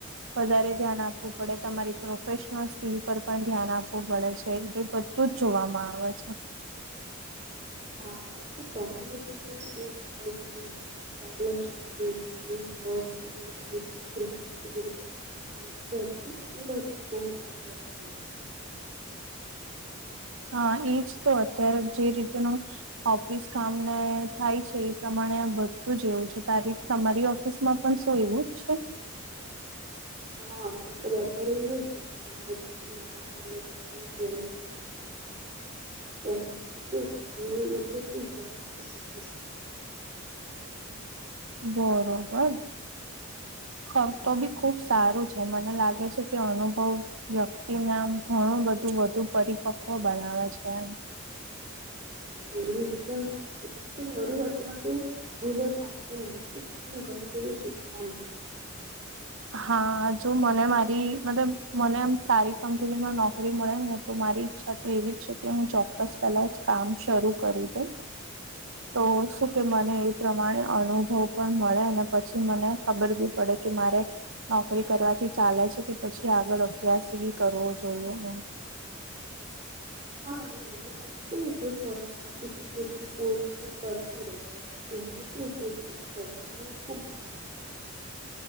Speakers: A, on the right; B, on the right.
A: વધારે ધ્યાન આપવું પડે તમારી પ્રોફેશનલ સ્કીિલ પર પણ ધ્યાન આપવું પડે છે એટલે તો જ જોવામાં આવે છે
B: હા કેમકે કોમ્યુનિકેશન સ્કીલ છે કે <unintelligible> ગ્રુપમાં કેવી રીતે કામ બધી સ્કિલો અત્યારે બઉ મહત્વ ની થય ગય છે
A: હા એજ તો અત્યારે જે રીતનું ઓફિસ કામ ને થાય છે. પ્રમાણે આ બધું જ એવું છે તારીફ તમારી ઓફિસમાં પણ શું એવું જ છે.
B: હા મતલબ અત્યારે એ રહું છે તો અમાંત્યાં સુધી નવા કર્મચારીઓને ટ્રેનિંગ પણ આપવામાં આવે કેનાથી કેવું થાય કે એ લોકો શું ઝડપ થી શીખી શકે.
A: બરોબર. ખ તો બી ખુબ સારું છે મને લાગે છે કે અનુભવ વ્યક્તિને આમ ઘણું બધું વધુ પરિપક્વ બનાવે છે, એમ
B: એ એકદમ સાચું કેમ કે શરૂઆતમાં તો ભૂલો થાય પણ એમાંથી આપણને ઘણું બધું શીખવા મળે છે.
A: હા જો મને મારી મતલબ મને આમ સારી કંપનીમાં નોકરી મળે ને તો મારી. અચ્છા તો એવી જ છે કે હું ચોક્કસ પેલા જ કામ શરૂ કરુ હુ તો શું કે મને એ પ્રમાણે અનુભવ. પણ મળે અને પછી મને ખબર બી પડે કે મારે. નોકરી કરવાથી ચાલે છે કે પછી આગળ અભ્યાસ બી કરવો જોઈએ એમ
B: હા અને એની સાથે છે ને કોઈ સર્ટિફિકેશન કોર્સ પણ કરતી ર છે તો એને કેવું કેવું તમને ભવિષ્યમાં ખુબ કામ આવશે